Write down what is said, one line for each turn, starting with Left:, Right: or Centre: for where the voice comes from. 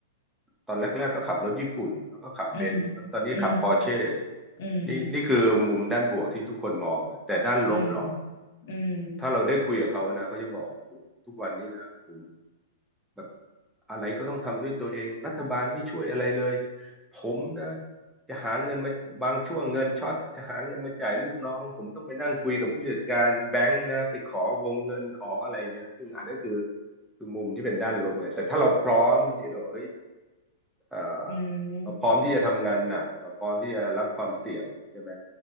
Centre: ตอนแรกๆก็ขับรถญี่ปุ่นแล้วก็ขับเบนซ์แล้วตอนนี้ขับปอร์เช่
Left: อืมอืมอืม
Centre: นี่นี่คือมุมด้านบวกที่ทุกคนมองนะแต่ด้านลบเหรอ
Left: อืมอืม
Centre: ถ้าเราได้คุยกับเขานะเขาจะบอกโอ้ทุกวันนี้นะผม แบบอะไรก็ต้องทำด้วยตัวเองรัฐบาลไม่ช่วยอะไรเลยผมนะจะหาเงินมาบางช่วงเงินช็อตจะหาเงินมาจ่ายลูกน้องผมต้องไปนั่งคุยกับผู้จัดการแบงค์นะไปขอวงเงินขออะไรเงี้ยซึ่งอันนั้นคือคือมุมที่เป็นด้านลบเนี่ยแต่ถ้าเราพร้อมที่เราเฮ้ยเอ่อ
Left: อืม
Centre: เราพร้อมที่จะทำงานหนักเราพร้อมที่จะรับความเสี่ยงใช่ไหม